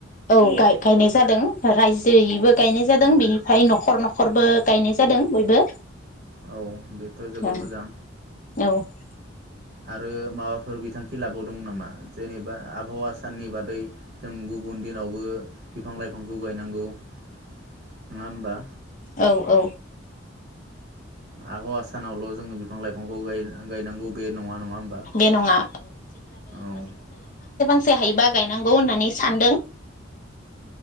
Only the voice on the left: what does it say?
औ गाय-गायनाय जादों रायजोयैबो गायनाय जादों
बेनिफ्राय न'खर न' ख'रबो गायनाय जादों बयबो।
औ
ओ
औ औ
बे नङा
से हायोबा गायनांगौ गौ होननानै सानदों